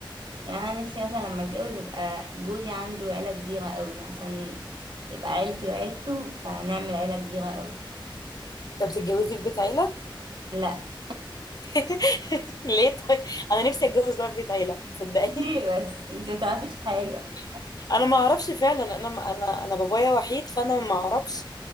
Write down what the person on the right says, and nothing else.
يعني انا نفسي مثلا لما اتجوز يبقى جوزي عنده عيلة كبيرة قوي عشان يبقى عيلتي وعيلته فنعمل عيلة كبيرة قوي
لا
ليه بس انت متعرفيش حاجة